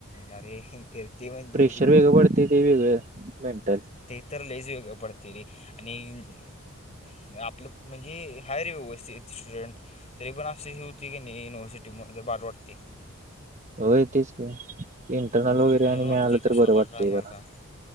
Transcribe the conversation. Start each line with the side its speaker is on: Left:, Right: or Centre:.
Left: अरे फिरते म्हणजे
Right: प्रेशर वेगळं पडते ते वेगळं, मेंटल.
Left: ते तर लयच वेगळं पडतंय रे आणि आपलं म्हणजे हाय रे व्यवस्थित स्टुडंट, तरी पण असं ही होती की नाही युनिव्हर्सिटीमध्ये बाद वाटते.
Right: होय तेच की. इंटरनल वगैरे
Left: म्हणून
Right: आणि
Left: वाटते
Right: मिळालं तर
Left: कशाला
Right: बरं वाटतंय
Left: काय मरता
Right: जरा,